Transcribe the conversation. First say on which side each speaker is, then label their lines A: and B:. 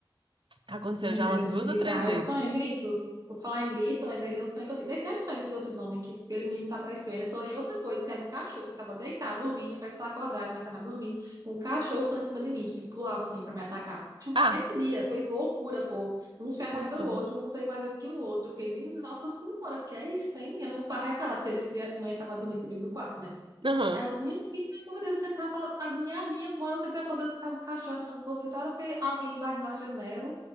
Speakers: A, on the right (about 70°); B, on the right (about 45°).
A: Aconteceu
B: Meu
A: já
B: Deus,
A: umas duas
B: gritar,
A: ou três vezes.
B: eu sonho, grito. Vou falar em grito, lembrei do outro sonho que eu tive. Nesse mesmo sonho de lobisomem, que aquele menino desapareceu, ainda sonhei outra coisa, que era um cachorro que estava deitado, dormindo, parece estar acordado, mas estava dormindo. Um cachorro passando em cima de mim, tipo, pulava assim para me atacar. Tipo,
A: Ah,
B: Esse dia foi loucura, pô. Um sonho atrás
A: o
B: do
A: sonho.
B: outro, um sonho mais doido que o outro. Eu Fiquei, menina, nossa senhora, que é isso, hein? Minha mãe ficava reparada, porque nesse dia a mãe estava dormindo comigo no quarto, né?
A: Aham.
B: Aí Ela disse, minha filha, meu Deus, você estava agoniadinha, uma hora você desacordou, estava o cachorro atacando você, outra hora foi alguém invadindo na janela.